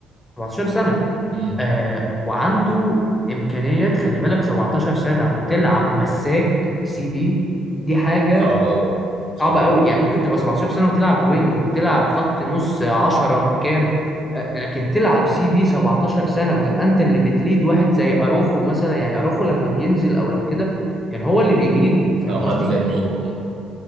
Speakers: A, on the left; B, on the right.
A: 17 سنة
B: مم.
A: آه وعنده إمكانيات خلي بالك 17 سنة وتلعب مساك سي بي دي حاجة
B: صعب قوي صعب
A: صعبة
B: قوي
A: قوي يعني ممكن تبقى 17 سنة وتلعب وينج وتلعب خط نص 10 كام آه لكن تلعب سي بي 17 سنة وتبقى أنت اللي بتليد واحد زي أروخو مثلا يعني أروخو لما بينزل أو لو كده كان هو اللي بيليده فاهم
B: او
A: قصدي؟
B: حد زي نيجو اه